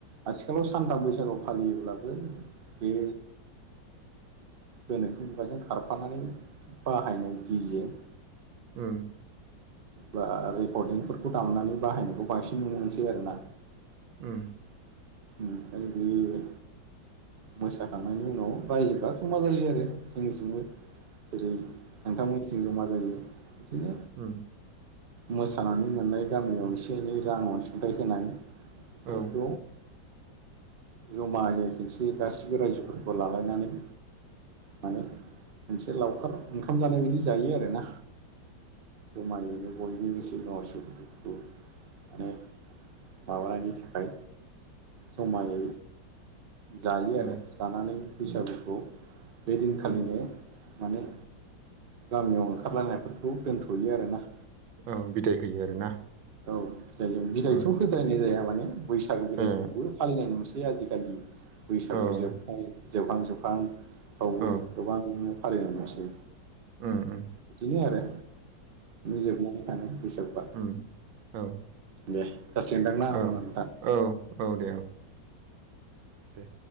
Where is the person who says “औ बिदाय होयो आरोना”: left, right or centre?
Right